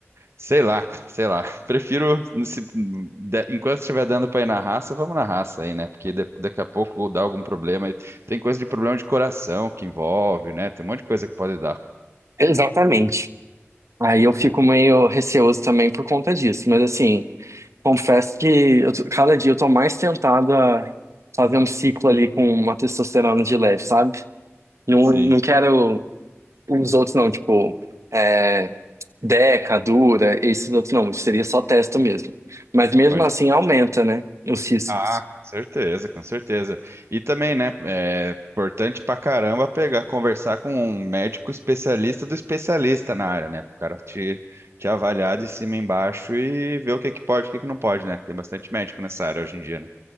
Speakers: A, on the right; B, on the right.
A: sei lá, cara, sei lá, <laughs> prefiro, se- de- enquanto estiver dando pra ir na raça, vamos na raça aí, né? Porque de- daqui a pouco dá algum problema. E Tem coisa de problema de coração que envolve, né? Tem um monte de coisa que pode dar,
B: exatamente. Aí eu fico
A: né?
B: meio receoso também por conta disso. Mas assim. Confesso que eu tô- cada dia eu tô mais tentado a fazer um ciclo ali com uma testosterona de leve, sabe? Não,
A: Sim.
B: não quero os outros não, tipo, é, Deca, Dura, esses outros não, seria só testo mesmo. Mas mesmo
A: pode
B: assim aumenta, né, os riscos.
A: Ah, com certeza, com certeza. E também, né, é importante pra caramba pegar, conversar com um médico especialista do especialista na área, né? O cara te, te avaliar de cima e embaixo e ver o que que pode, o que que não pode, né? Tem bastante médico nessa área hoje em dia, né?